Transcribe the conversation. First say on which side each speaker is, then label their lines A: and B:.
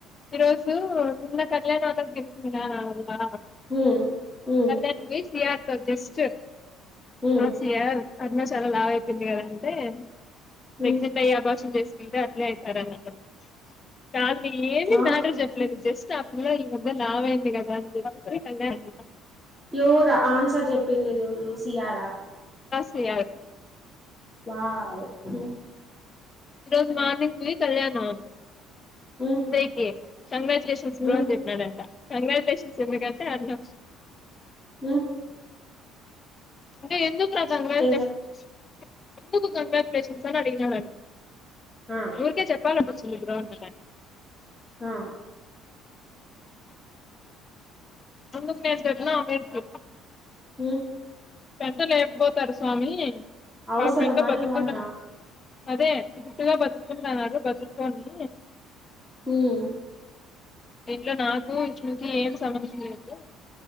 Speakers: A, on the left (about 35°); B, on the left (about 15°).
A: ఈరోజు నిన్న కళ్యాణ్ వాలక్ దెల్సిందే ఆలా
B: హ్మ్ హ్మ్
A: కళ్యాణ్ కి సిఆర్ జస్ట్
B: హ్మ్
A: నాట్ సిఆర్ అరుణ చాలా లావైపేయింది గదా అంటే
B: హ్మ్
A: ప్రెగ్నెంట్ అయ్యి అభాషన్ జెస్కుంటే ఇగైతరానట్టు కానీ ఏమి
B: ఆ
A: మ్యాటర్ జెప్పలేదు జస్ట్ ఆ పిల్లోడు ముందే లావైంది గదా <unintelligible>
B: ఎవరు ఆన్సర్ జెప్పిందిదెవరు ఎవరూ సీయరా
A: సీఆర్
B: వావ్ ఉహు
A: ఈ రోజు మార్నింగ్ ది కళ్యాణం
B: హ్మ్
A: రేకె కంగ్రాచ్చులేషన్స్
B: హ్మ్
A: బ్రో అని చెప్పినడంట కంగ్రాచులేషన్స్ ఎందుకంటే అరుణ
B: ఉ
A: అంటే ఎందుకు రా కంగ్రాచులేషన్
B: చెప్
A: ఎందుకు కంగ్రాచులేషన్స్ అని అడిగినాండంట
B: ఆ
A: ఊర్కే చెప్పాలనిపిచింది బ్రో అని అన్నాడంట
B: ఆ
A: అందుకు నేందిన్నా అమినికి
B: హు
A: ఎంట లేకపోతరు స్వామి
B: అవసరమా
A: ఆమెంద బతుకలు
B: ఏమన్నా
A: అదే గుట్టుగా బతుకుంటున్నారు వాళ్ళు బత్తుకొని
B: హుమ్
A: ఇంట్లో నాకు విష్ణు కి ఏం సంబంధించింది లేదు